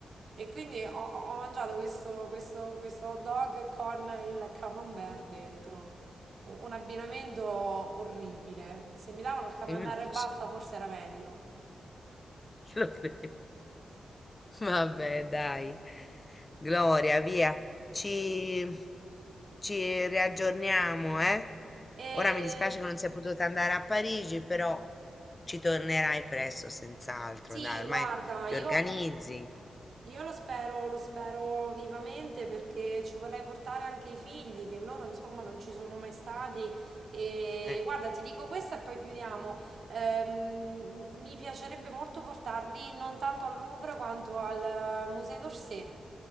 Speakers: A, on the right; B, on the left.
A: E quindi ho, ho mangiato questo, questo, questo hot dog con il camembert dentro. U- Un abbinamento orribile. Se mi davano il camembert
B: Invece
A: e basta, forse era meglio.
B: Lo credo. Vabbè, dai. Gloria, via. Ci, ci riaggiorniamo, eh?
A: E
B: Ora mi dispiace che non sei potuta andare a Parigi, però ci tornerai presto, senz'altro.
A: Sì,
B: Dai, ormai
A: guarda,
B: ti
A: io,
B: organizzi.
A: io- io lo spero, lo spero vivamente perché ci vorrei portare anche i figli, che loro insomma non ci sono mai stati. E
B: Eh.
A: guarda, ti dico questo e poi chiudiamo. Ehm, mi piacerebbe molto portarli non tanto al Louvre quanto al eh, Musée d'Orsay,